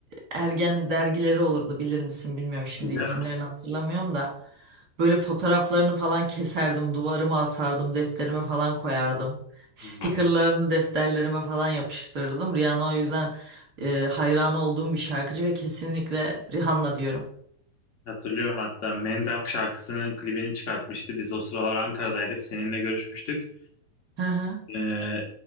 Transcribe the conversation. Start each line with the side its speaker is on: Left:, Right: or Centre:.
Right: ergen dergileri olurdu bilir misin bilmiyorum şimdi
Left: Tabii canım.
Right: isimlerini hatırlamıyorum da böyle fotoğraflarını falan keserdim duvarıma asardım defterime falan koyardım. Stickerlarını
Left: Hmm.
Right: defterlerime falan yapıştırırdım. Rihanna o yüzden e, hayran olduğum bir şarkıcı ve kesinlikle Rihanna diyorum.
Left: Hatırlıyorum hatta Mendam şarkısının klibini çıkartmıştı. Biz o sıralar Ankara'daydık. Seninle görüşmüştük.
Right: Hı hı.
Left: Ee,